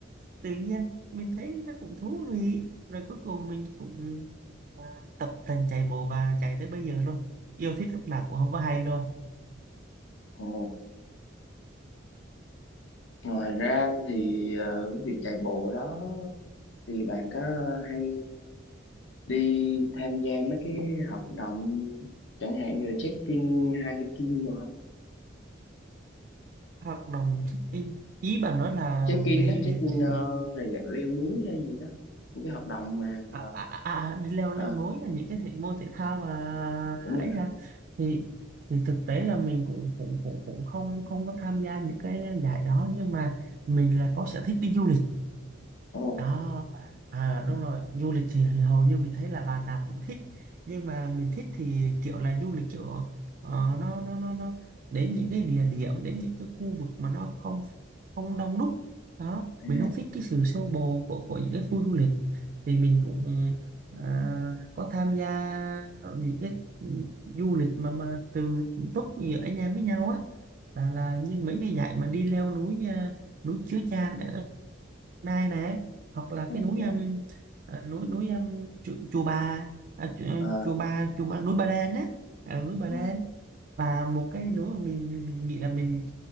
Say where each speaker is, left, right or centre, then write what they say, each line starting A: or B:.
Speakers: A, on the right (about 50°); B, on the left (about 65°).
A: tự nhiên mình thấy nó cũng thú vị rồi cuối cùng mình cũng à, tập tành chạy bộ và chạy tới bây giờ luôn yêu thích lúc nào cũng không có hay luôn
B: Ồ, Ngoài ra thì ờ, việc chạy bộ đó thì bạn có hay đi tham gia mấy cái hoạt động chẳng hạn như là check-in hiking đồ không
A: hoạt động check-in ý bạn nói là
B: check-in
A: về
B: đó check-in
A: việc ừ,
B: ờ, là dạng leo núi hay gì đó những cái hoạt động mà
A: à, à, à, à, đi leo leo
B: à,
A: núi là những cái thể môn thể thao mà
B: đúng
A: ấy
B: rồi
A: ra thì thì thực tế là mình cũng cũng cũng cũng không không có tham gia những cái giải đó nhưng mà mình là có sở thích đi du lịch
B: ồ
A: đó à đúng rồi du lịch thì, thì hầu như mình thấy là bạn nào cũng thích nhưng mà mình thích thì kiểu là du lịch kiểu ờ, nó nó nó nó đến những cái địa điểm đến những cái khu vực mà nó không không đông đúc đó
B: à,
A: mình không thích cái sự xô bồ của của những cái khu du lịch thì mình cũng ờ, có tham gia những cái du lịch mà mà từ túc giữa anh em với nhau á là là như mấy
B: ừ,
A: cái dạy mà đi leo núi ờ, núi chứa Chan Nai này hoặc là
B: ok
A: cái núi um, à, núi núi um, chùa, chùa Bà à, chùa,
B: Ờ,
A: chùa Bà chùa Bà- núi Bà Đen á à, núi Bà
B: ừ,
A: Đen và một cái núi mà mình nghĩ là mình